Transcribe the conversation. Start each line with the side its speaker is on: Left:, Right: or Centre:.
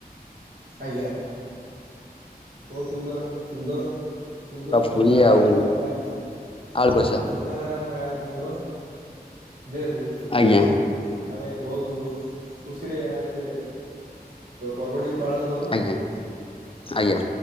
Right: ଆଜ୍ଞା। ବହୁତ ସୁନ୍ଦର ସୁନ୍ଦର ସୁନ୍ଦର ଚିନ୍ତାଧାରା
Left: ପୁରୀ ଆଉ
Right: ଆମ ଗ ସୁନ୍ଦରଚିତା
Left: ଆଳୁ କଷା
Right: ଚିନ୍ତାଧାରା ଆମ ଗାଁ ଲୋକଙ୍କର ଯେହେତୁ ସେଥିପାଇଁ
Left: ଆଜ୍ଞା
Right: ଆମେ ବହୁତ ଖୁସିରେ ଆମେ ସେ ପର୍ବଟିକୁ ପାଳନ କରୁ।
Left: ଆଜ୍ଞା ଆଜ୍ଞା।